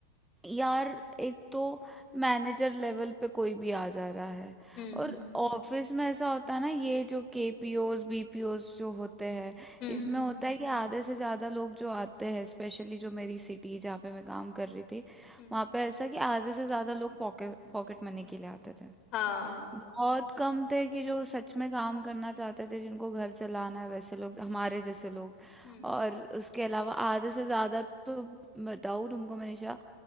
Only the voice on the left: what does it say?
हम्म
हम्म,
हम्म,
हाँ
हम्म